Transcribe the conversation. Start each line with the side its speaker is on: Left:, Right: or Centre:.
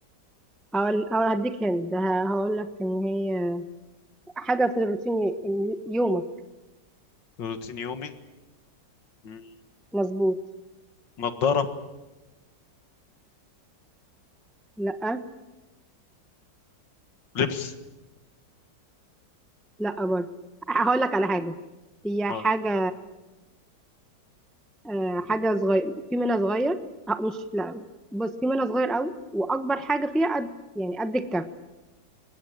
Centre: هقول هقول- هديك هند هقول لك ان هي حاجة في روتين ي- يومك
Left: روتين يومي مم،
Centre: مظبوط
Left: نضارة
Centre: لا
Left: لبس
Centre: لا برضه هقول لك على حاجة هي
Left: اه
Centre: حاجة آه، حاجة صغير في منها صغير آه، مش لا بص في منها صغير قوي وأكبر حاجة فيها قد يعني قد الكف